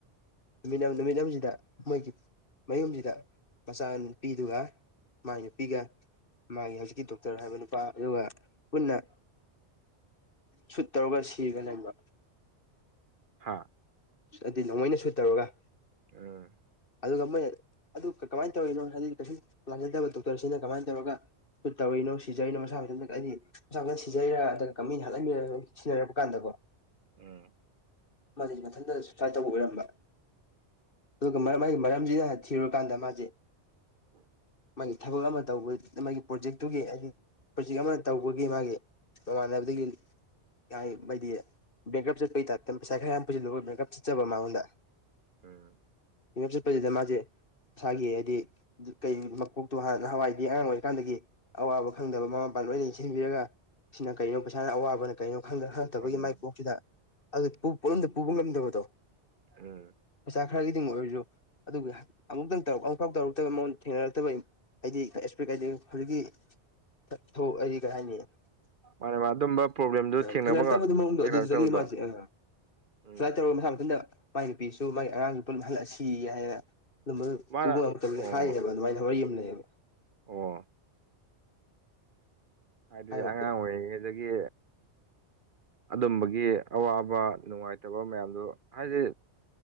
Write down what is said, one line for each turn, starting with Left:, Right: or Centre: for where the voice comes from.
Left: <unintelligible> ꯃꯣꯏꯒꯤ ꯃꯌꯨꯝꯖꯤꯗ ꯃꯆꯥ ꯅꯨꯨꯄꯤꯗꯨꯒ ꯃꯥꯏ ꯅꯨꯄꯤꯒ ꯃꯥꯒꯤ ꯍꯧꯖꯤꯛꯀꯤ ꯗꯣꯛꯇꯔ ꯍꯥꯏꯕ ꯅꯨꯄꯥ ꯗꯨꯒ ꯄꯨꯟꯅ ꯁꯨꯠ ꯇꯧꯔꯒ ꯁꯤꯒꯅꯦꯕ
Right: ꯍꯥꯥ
Left: ꯑꯗꯨꯏ ꯅꯣꯡꯃꯩꯅ ꯁꯨꯠ ꯇꯧꯔꯒ
Right: ꯑꯥ
Left: ꯑꯗꯨꯒ ꯃꯣꯏꯅ ꯑꯗꯨ ꯀꯃꯥꯏꯟ ꯇꯧꯔꯤꯅꯣ ꯍꯥꯏꯗꯤ ꯀꯩꯁꯨ ꯂꯥꯟꯖꯗꯕ ꯗꯣꯛꯇꯔꯁꯤꯅ ꯀꯃꯥꯏꯟ ꯇꯧꯔꯒ ꯇꯧꯔꯤꯅꯣ ꯁꯤꯖꯩꯅꯣ ꯃꯁꯥꯃꯊꯟꯗ ꯑꯩꯗꯤ ꯃꯁ ꯃꯊꯟ ꯁꯤꯖꯩꯔ ꯅꯠꯇ꯭ꯔ ꯀꯥ ꯃꯤꯅ ꯍꯠꯂꯝꯃꯤꯔ ꯊꯤꯅꯔꯛꯄ ꯀꯥꯟꯗꯀꯣ
Right: ꯎꯝ
Left: ꯃꯗꯤ ꯃꯊꯟꯗꯅ ꯁꯨꯁꯥꯏꯠ ꯇꯧꯕ ꯑꯣꯏꯔꯝꯕ ꯑꯗꯨꯒ ꯃꯔ ꯃꯒꯤ ꯃꯔꯝꯖꯤꯅ ꯊꯤꯔꯨꯔꯀꯥꯟꯗ ꯃꯖꯦ
Right: <inaudible>
Left: ꯃꯥꯒꯤ ꯊꯕꯛ ꯑꯃ ꯇꯧꯕ ꯃꯥꯒꯤ ꯄ꯭ꯔꯣꯖꯦꯛꯇꯨꯒꯤ ꯍꯥꯏꯗꯤ ꯄ꯭ꯔꯣꯖꯦꯛ ꯑꯃ ꯇꯧꯕꯒꯤ ꯃꯥꯒꯤ ꯃꯃꯥꯟꯅꯕꯗꯒꯤ ꯍꯥꯏ ꯕꯥꯏꯗꯤ ꯕꯦꯡꯀ꯭ꯔꯞ ꯆꯠꯄꯩ ꯇꯥꯏꯞꯇ ꯄꯩꯁꯥ ꯈꯔ ꯌꯥꯝ ꯄꯨꯁꯤꯜꯂꯨꯕ ꯕꯦꯡꯀ꯭ꯔꯞ ꯆꯠꯆꯥꯕ ꯃꯉꯣꯟꯗ
Right: ꯎꯝ
Left: ꯕꯦꯡꯀ꯭ꯔꯞ ꯆꯠꯄꯖꯤꯗ ꯃꯥꯖꯤ ꯃꯁꯥꯒꯤ ꯍꯥꯏꯗꯤ ꯀꯩ ꯃꯀꯣꯛꯇꯣ ꯅꯍꯋꯥꯏꯗꯤ ꯑꯉꯥꯡ ꯑꯣꯏꯔꯤꯀꯥꯟꯗꯒꯤ ꯑꯋꯥꯕ ꯈꯪꯗꯕ ꯃꯃꯥ ꯃꯄꯥ ꯂꯣꯏꯅ ꯌꯦꯟꯁꯤꯟꯕꯤꯔꯒ ꯁꯤꯅ ꯀꯩꯅꯣ ꯄꯩꯁꯥꯅ ꯑꯋꯥꯕꯅ ꯀꯩꯅꯣ ꯍꯪꯂꯛꯇꯕꯒꯤ
Right: ꯃꯥꯅꯦ
Left: ꯃꯥꯏ
Right: ꯃꯥꯅꯦ
Left: ꯀꯣꯛꯁꯤꯗ ꯑꯗꯨ ꯄꯣꯠꯂꯨꯝꯗꯣ ꯄꯨꯕ ꯉꯝꯗꯕꯗꯣ
Right: ꯎꯝ
Left: ꯄꯩꯁꯥ ꯈꯔꯒꯤꯗꯤꯡꯒꯤ ꯑꯣꯏꯔꯖꯨ ꯑꯗꯨꯒꯤ ꯑꯃꯨꯛꯇꯪ ꯑꯃꯨꯛꯐꯥꯎ ꯇꯧꯔꯛꯇꯕ ꯃꯉꯣꯟꯗ ꯊꯦꯡꯅꯔꯛꯇꯕꯩ ꯑꯩꯗꯤ <unintelligible> ꯍꯧꯖꯤꯛꯀꯤ ꯁꯠꯊꯨ ꯑꯩꯗꯤ ꯀꯩ ꯍꯥꯏꯅꯤ ꯑꯥ
Right: ꯃꯥꯅꯦ ꯃꯥ ꯑꯗꯨꯝꯕ ꯄ꯭ꯔꯣꯕ꯭ꯂꯦꯝꯗꯨ ꯊꯦꯡꯅꯕ
Left: ꯊꯦꯡꯅꯔꯛꯇꯕꯗꯨ ꯃꯋꯣꯡꯗꯣ
Right: ꯊꯦꯡꯅꯔꯛꯇꯕꯗꯣ
Left: ꯑꯗꯨꯗꯒꯤ ꯃꯖꯦ ꯑꯥ
Right: ꯎꯝ
Left: ꯁꯨꯁꯏꯠ ꯇꯧꯔ ꯃꯁꯥ ꯃꯊꯟꯗ ꯃꯒꯤ ꯅꯨꯄꯤꯁꯨ ꯃꯥꯒꯤ ꯑꯉꯥꯡꯁꯨ ꯄꯨꯟ ꯍꯜꯂꯛꯑꯒ ꯁꯤ ꯍꯥꯏꯅ ꯑꯗꯨꯝꯕ
Right: ꯃꯥꯅ
Left: ꯄꯨꯕ ꯉꯝ ꯇꯧꯋꯦ
Right: ꯑꯣ
Left: ꯍꯥꯏꯌꯦꯕ ꯑꯗꯨꯃꯥꯏꯟ ꯋꯥꯔꯤ ꯑꯃ ꯂꯩꯩꯌꯦꯕ
Right: ꯑꯣ ꯍꯥꯏꯗꯤ
Left: ꯍꯥꯏꯔ
Right: ꯑꯉꯥꯡ ꯑꯣꯏꯔꯤꯉꯩꯗꯒꯤ ꯑꯗꯨꯝꯕꯒꯤ ꯑꯋꯥꯕ ꯅꯨꯡꯉꯥꯏꯇꯕ ꯃꯌꯥꯝꯗꯣ ꯍꯥꯏꯗꯤ